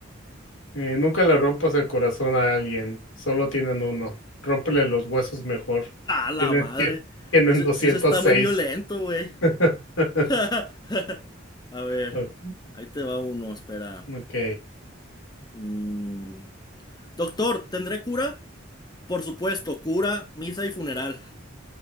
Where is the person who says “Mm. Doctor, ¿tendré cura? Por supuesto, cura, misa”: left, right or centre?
Left